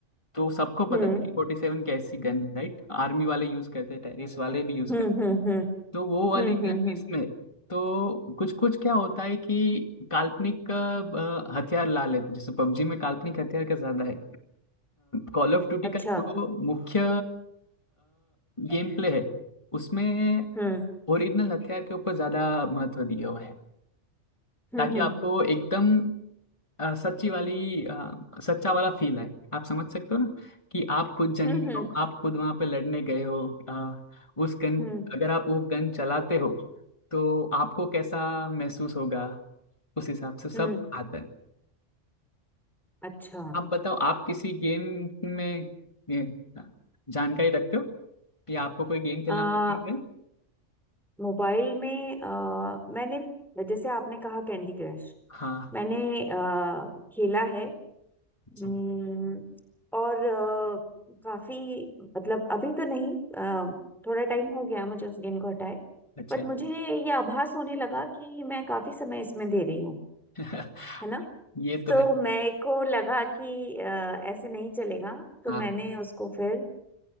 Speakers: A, on the left; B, in the centre.
A: तो सबको पता
B: हम्म
A: है ए के फोर्टी सेवन कैसी गन है राइट आर्मी वाले यूज करते हैं टेररिस्ट वाले भी यूज
B: हम्म हम्म हम्म
A: तो वो वाली
B: हम्म हम्म
A: गन भी
B: हम्म,
A: इसमें है तो कुछ कुछ क्या होता है कि काल्पनिक अ, हथियार ला लेते हैं। जैसे पबजी में काल्पनिक हथियार का ज्यादा है कॉल ऑफ ड्यूटी
B: अच्छा
A: का जो मुख्य गेम प्ले है उसमें
B: हम्म
A: ओरिजिनल हथियार के ऊपर ज्यादा महत्व दिया हुआ है
B: हम्म
A: ताकि आपको एकदम अ, सच्ची वाली अ, सच्चा वाला फील है आप समझ सकते हो ना कि आप खुद जंगी
B: हम्म हम्म हम्म
A: हो आप खुद वहां पे लड़ने गए हो अ, उस गन
B: हम्म
A: अगर आप वो गन चलाते हो तो आपको कैसा महसूस होगा उस हिसाब से सब
B: हम्म,
A: आता है
B: अच्छा
A: आप बताओ आप किसी गेम में ये, जानकारी रखते हो या आपको कोई गेम खेलना
B: आ,
A: पसंद है
B: मोबाइल में आ, मैंने जैसे आपने कहा कैंडी क्रश
A: हाँ
B: मैंने आ, खेला है हम्म,
A: जी,
B: और आ, काफी मतलब अभी तो नहीं आ, थोड़ा टाइम हो गया मुझे उस गेम को हटाए
A: अच्छा
B: बट मुझे ये आभास होने लगा कि मैं काफी समय इसमें दे रही हूँ
A: <laughs>
B: है ना
A: ये तो
B: तो
A: है
B: मेरे को लगा कि आ, ऐसे नहीं चलेगा तो
A: हाँ
B: मैंने उसको फिर